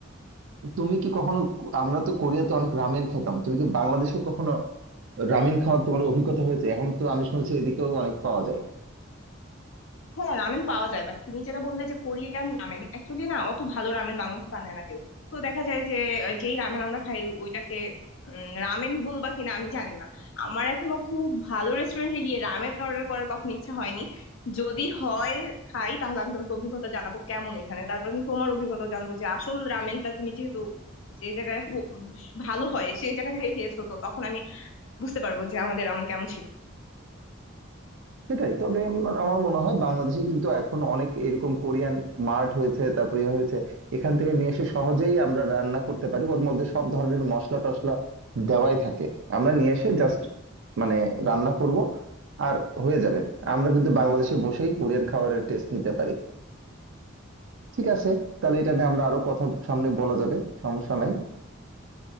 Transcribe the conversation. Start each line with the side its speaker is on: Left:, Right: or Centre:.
Right: তুমি কি কখনো আমরা তো কোরিয়াতে অনেক রামেন খেতাম তুমি কি বাংলাদেশে কখনো রামেন খাওয়ার তোমার অভিজ্ঞতা হয়েছে এখন তো আমি শুনছি এদিকেও অনেক পাওয়া যায়
Left: হ্যাঁ রামেন পাওয়া যায় বাট তুমি যেটা বললে যে কোরিয়ান রামেন অ্যাকচুয়ালি না অত ভালো রামেন বাংলাদেশে বানায় না কেউ তো দেখা যায় যে আহ, যেই রামেন আমরা খাই ওইটাকে উম, রামেন বলবা কিনা আমি জানি না আমার এখনো খুব ভালো রেস্টুরেন্টে গিয়ে রামেন অর্ডার করার কখনো ইচ্ছা হয়নি যদি হয় খাই তাহলে আমি তোমাকে অভিজ্ঞতা জানাবো কেমন এখানে তারপর আমি তোমার অভিজ্ঞতা জানবো যে আসল রামেনটা তুমি যেহেতু যে জায়গায় হো- উম, ভালো হয় সেই জায়গা থেকে খেয়েছো তো তখন আমি বুঝতে পারবো যে আমাদের রামেন কেমন ছিল
Right: সেটাই তবে আমার আমার মনে হয় বাংলাদেশে কিন্তু এখন অনেক এরকম কোরিয়ান মার্ট হয়েছে তারপরে ইয়ে হয়েছে এখান থেকে নিয়ে এসে সহজেই আমরা রান্না করতে পারি ওর মধ্যে সব ধরনের মশলা টশলা দেওয়াই থাকে আমরা নিয়ে এসে জাস্ট মানে রান্না করব আর হয়ে যাবে আমরা কিন্তু বাংলাদেশে বসেই কোরিয়ান খাবারের টেস্ট নিতে পারি ঠিক আছে তাহলে এটা নিয়ে আমরা আরো কথা সামনে বলা যাবে সমস্যা নাই